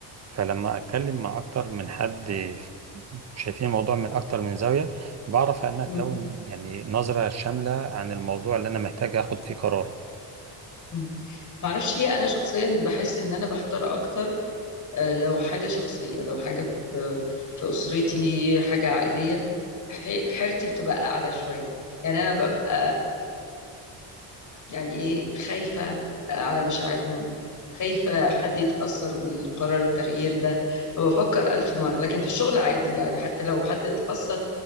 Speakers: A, on the right (about 40°); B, on the left (about 45°).
A: فلما أتكلم مع أكتر من حد شايفين الموضوع من أكتر من زاوية بعرف أن أكون
B: مم.
A: يعني نظرة شاملة عن الموضوع اللي أنا محتاج أخد فيه قرار
B: مم. معرفش ليه أنا شخصيا بحس إن أنا بحتار أكتر آه، لو حاجة شخصية لو حاجة في في أسرتي حاجة عائلية ح- حيرتي بتبقى أعلى شوية يعني أنا ببقى يعني إيه خايفة على مشاعرهم خايفة حد يتأثر بالقرار التغيير ده فبفكر ألف مرة لكن في الشغل عادي يعني حتى لو حد اتأثر